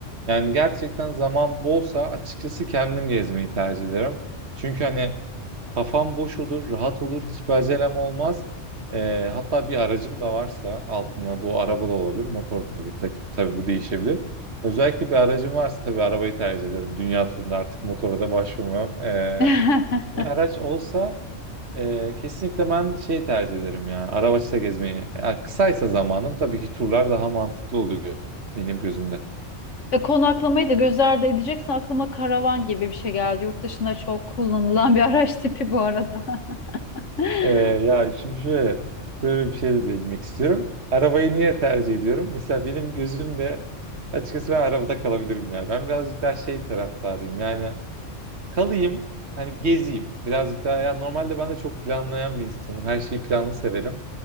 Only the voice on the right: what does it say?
yani gerçekten zaman bolsa açıkçası kendim gezmeyi tercih ederim. Çünkü hani kafam boş olur, rahat olur, hiçbir acelem olmaz. E, hatta bir aracım da varsa altında bu araba da olabilir, motor da olabilir. Ta- Tabii bu değişebilir. Özellikle bir aracım varsa tabii arabayı tercih ederim. Dünya turunda artık motora da başvurmam. E,
bir araç olsa ee, kesinlikle ben şey tercih ederim ya. Araçla gezmeyi. Ya kısaysa zamanım tabii ki turlar daha mantıklı oluyor benim gözümde.
Ee, ya şimdi şöyle, şöyle bir şey de değinmek istiyorum. Arabayı niye tercih ediyorum? Mesela benim gözümde açıkçası ben arabada kalabilirim ya. Ben birazcık daha şey taraftarıyım. Yani kalayım, hani gezeyim. Birazcık daha ya normalde ben de çok planlayan bir insanım. Her şeyi planlı severim.